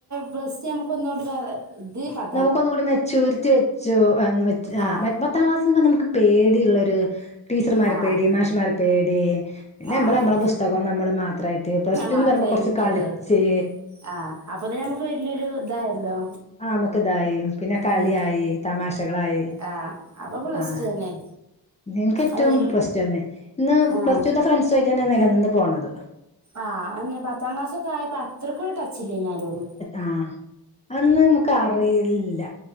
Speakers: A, on the right; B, on the left.
A: പ്ലസ് നമുക്ക് ഒന്നോട്ട് കേറ ഇത് പത്
B: നമുക്ന്നുകൂടി മെച്ചയൂരിറ്റി വെച്ചു വെ
A: ആഹ്
B: അത്താം ക്ലാസ്റ്റ് റിമ്പംനമുക്ക് പേടിയുള്ളൊരു ടീച്ചർ മാരെ
A: ആഹ്
B: പേടി മാഷർ മാർ പേടി പിന്നെ നമ്മള്
A: ആഹ്
B: നമ്മളുടെ പുസ്തകം നമ്മള് മാത്രമായിട്ട് പ്ലസ്
A: മാത്രേ
B: എന്ന് പറയുമ്പോൾ കുറച്ച്
A: എനിക്കല്ലേ
B: കളിച്ച്
A: ആഹ് അപ്പൊ തന്നെ നമുക്ക് വല്യൊരു ഇതായല്ലോ
B: നമുക് ഇതായി പിന്നെ കളിയായി
A: ഉം
B: തമാശകളായി
A: ആഹ് അപ്പൊ പ്ലസ്
B: ആഹ്
A: ടു തന്നെ
B: എനക്ക് ഏറ്റവും
A: അത്
B: പ്ലസ്റ്റുതന്നെ ഇന്ന്
A: ആഹ്
B: പ്ലസ് ടു ഫ്രണ്ട്സു ആയിട്ട് തന്നെ നിലനിന്നന്ന് പോണത്
A: ആഹ് അന്ന് പത്താം ക്ലാസ്സൊ ഒക്കെയപ്പോ അത്രക് ടച്ചില്ലേയ് നിരോടും
B: ആഹ് അന്ന് നമുക്ക് അറിയില്ല